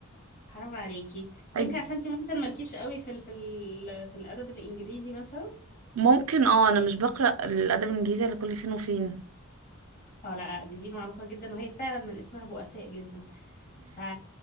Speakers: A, on the left; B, on the right.
A: حرام عليكي يمكن
B: أي-
A: عشان انتي ممكن مالكيش قوي في ال في ال في الأدب الإنجليزي مثلا
B: ممكن اه أنا مش بقرأ الأدب الإنجليزي إلا كل فين وفين
A: اه لا لا، دي دي معروفة جدا وهي فعلا من اسمها بؤساء جدا ف